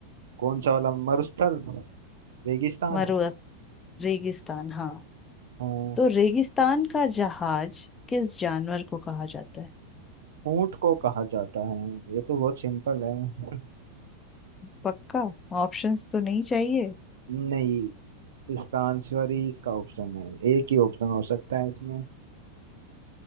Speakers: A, on the right; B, on the left.
A: कौन सा वाला मरुस्थल रेगिस्तान
B: मरुस्थल रेगिस्तान हाँ
A: हाँ
B: तो रेगिस्तान का जहाज किस जानवर को कहा जाता है
A: ऊंट को कहा जाता है ये तो बहुत सिंपल है
B: पक्का ऑप्शंस तो नहीं चाहिए
A: <laughs> नहीं इसका आंसर ही इसका ऑप्शन है एक ही ऑप्शन हो सकता है इसमें